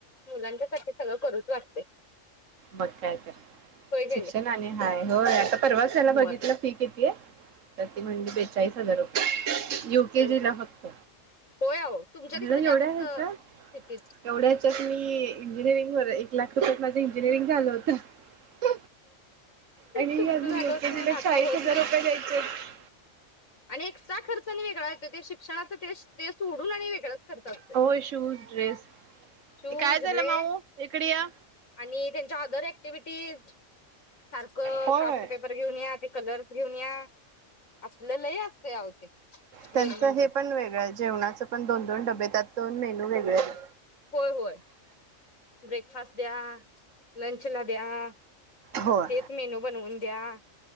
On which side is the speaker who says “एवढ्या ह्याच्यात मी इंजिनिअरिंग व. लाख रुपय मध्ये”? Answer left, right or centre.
Right